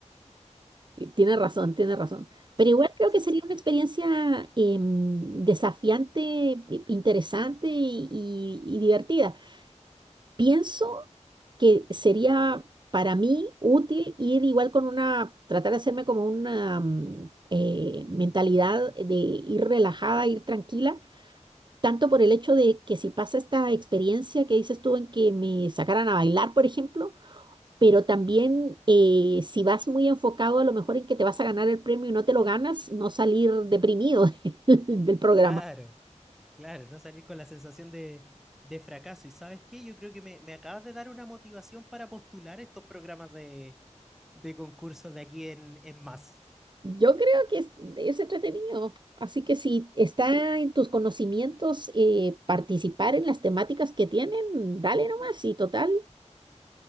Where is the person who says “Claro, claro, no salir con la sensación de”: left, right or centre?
Centre